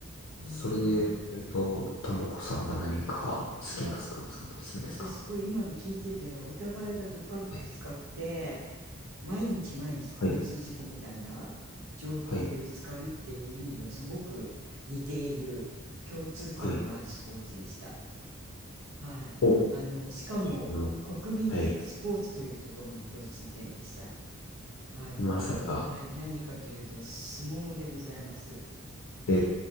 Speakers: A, on the right (about 80°); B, on the left (about 75°).
A: うーん、
B: それで言うと、ともこさんは何か好きなスポーツあったりするんですか
A: いや、私すごい今の聞いてて、お互いがドカンってぶつかって、
B: はい。
A: 毎日毎日交通事故みたいな状況でぶつかるっていう意味ではすごく似ている共通点のあるスポーツでした。
B: はいはい。はい。
A: はい。
B: お、と
A: あの、しかも国民的スポーツというところも共通点でした。
B: いうのは、はい。
A: あの、
B: まさか、
A: はい。何かというと相撲でございます。
B: え